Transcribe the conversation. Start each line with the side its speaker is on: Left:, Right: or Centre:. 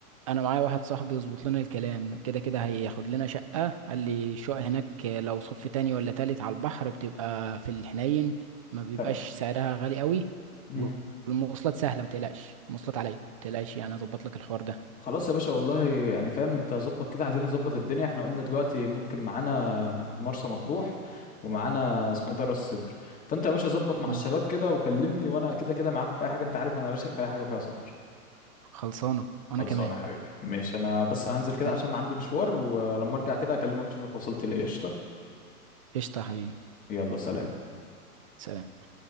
Right: انا معايا واحد صاحبي يظبط لنا الكلام كده كده هياخد لنا شقة قال لي الشقق هناك لو صف تاني ولا تالت على البحر بتبقى في الحنين ما بيبقاش
Left: فاهم
Right: سعرها غالي قوي
Left: مم.
Right: والمواصلات سهلة ما تقلقش المواصلات عليا ما تقلقش يعني اظبط لك الحوار ده
Left: خلاص يا باشا والله يعني فاهم انت ظبط كده عايزين نظبط الدنيا احنا قلنا دلوقتي ممكن معانا مرسى مطروح ومعانا اسمه ايه ده راس سدر فانت يا باشا ظبط مع
Right: مم.
Left: الشباب كده وكلمني وانا كده كده معاكم في اي حاجه انت عارف انا راشق في اي حاجه فيها سفر
Right: خلصانة وانا
Left: خلصانه
Right: كمان
Left: يا حبيبي ماشي انا بس هننزل كده
Right: ماشي
Left: عشان عندي مشوار ولما ارجع كده اكلمك اشوفك وصلت ليه قشطه
Right: قشطة يا حبيبي
Left: يلا سلام
Right: سلام